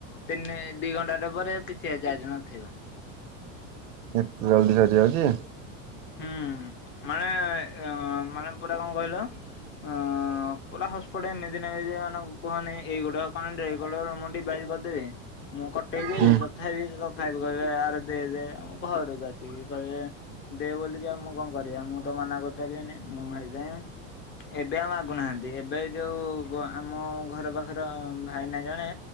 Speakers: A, on the left; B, on the right.
A: ତିନି ଦି ଘଣ୍ଟାଟେ ପରେ କିଛି ଏ ଚାର୍ଜ ନଥିବ।
B: ଏତେ ଜଲଦି ସଜିଯାଉଚି।
A: ହୁଁ ମାନେ ୟଁ ମାନେ ପୁରା କଣ କହିଲ ଅ ପୁରା ହସ୍ ପଟ୍ ଏମି ନେବେ ଯେ ମାନେ କୁହନ ଏଇୋଟ କଣ <inaudible> ମୁଁ ଡିବାଇଜ୍ କରିଦେବି ମୁଁ କଟେଇଦେବି
B: ହୁଁ
A: ତଥାବି ସି ତ ଭାଇ କୁ କହିବେ ଆର ଦେଇଦେ ଆ ମୁଁ ଘରକୁ ଆସିକି କହିବେ। ଦେଓଲି ଜି ଆ ମୁଁ କଁ କରିବି ମୁଁ ତ ମନା କରିପାଇଲିନେଇ ମୁଁ ହେଇଥି ଆଇଁ ଏବେ ଆଉ ମାଗୁନାହାନ୍ତି ଏବେ ଯୋଉ। ବ ଆମ ଘର ପାଖର ଭାଇନା ଜଣେ।